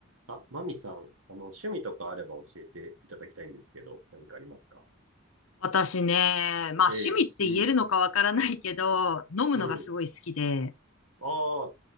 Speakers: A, on the right (about 75°); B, on the left (about 85°).
A: あ、マミさん、あの、趣味とかあれば教えていただきたいんですけど、何かありますか
B: 私ね、まあ趣味って言えるのかわからないけど、
A: ええ、うん、
B: 飲むのがすごい好きで、
A: うん。ああ、